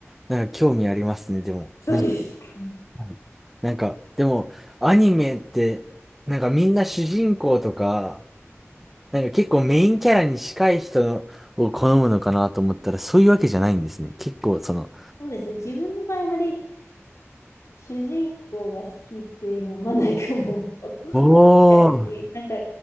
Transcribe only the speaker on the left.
そうですか。
そうですね。自分の場合、あまり主人公が好きっていうのはあんまないかも。
逆に、なんか、